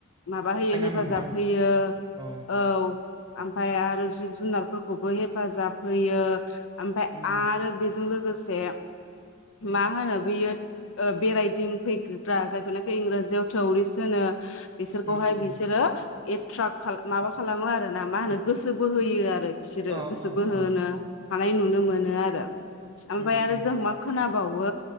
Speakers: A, on the left; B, on the right.
A: माबा होयो
B: बायना
A: हेफाजाब
B: मोनदों
A: होयो
B: अ
A: औ। ओमफाय आरो जिब जुनारफोरखौबो हेफाजाब होयो। ओमफफ्राय
B: उम
A: आरो बेजों लोगोसे मा होनो बेयो ओ बेरायदिंफैगग्रा जायखौनाखि इंराजियाव थौरिस् होनो बिसोरखौहाय
B: उम उम
A: बिसोरो एट्राक्ट माबा खालामो आरो ना मा होनो गोसो बोहोयो आरो। बिसोरो
B: अ
A: गोसो
B: अ
A: बोहोनो
B: अ
A: हानाय नुनो मोनो आरो। ओमफ्राय
B: उम
A: आरो
B: उम
A: जों मा खोनाबावो